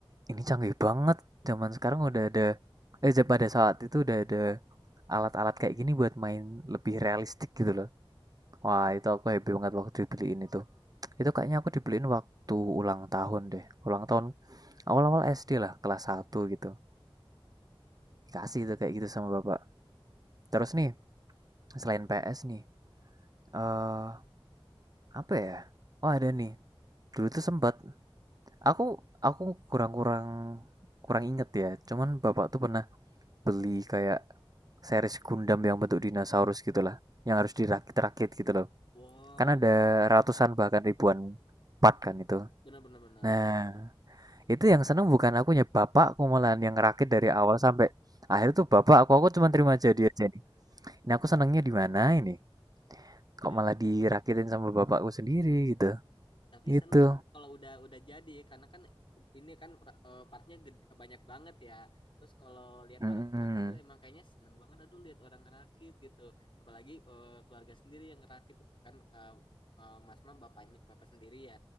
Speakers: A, on the right; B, on the left.
A: ini canggih banget zaman sekarang udah ada eh ja- pada saat itu udah ada alat-alat kayak gini buat main lebih realistik gitu loh wah itu aku happy banget waktu dibeliin itu itu kayaknya aku dibeliin waktu ulang tahun deh ulang tahun awal-awal SD lah kelas satu gitu dikasih itu kayak gitu sama bapak terus nih selain PS nih eh apa ya oh ada nih dulu tuh sempat aku aku kurang-kurang kurang inget ya cuman bapak tuh pernah beli kayak series Gundam yang bentuk dinosaurus gitulah yang harus dirakit-rakit gitu loh
B: wow
A: kan ada ratusan bahkan ribuan part kan itu
B: benar benar benar.
A: nah itu yang seneng bukan akunya bapakku malahan yang ngerakit dari awal sampai akhir tuh bapak aku aku cuma terima jadi aja nih ini aku senengnya di mana ini kok
B: Lihat
A: malah dirakitin sama bapakku sendiri gitu
B: Tapi
A: itu
B: seneng kalau udah udah jadi karena kan ini kan pra- eh, partnya ged- banyak banget ya. Terus kalau lihat
A: Mm-mm.
B: orang ngerakit tuh emang kayaknya seneng banget aduh lihat orang ngerakit gitu. Apalagi eh, keluarga sendiri yang ngerakit kan eh, eh, Mas mah bapaknya bapak sendiri ya.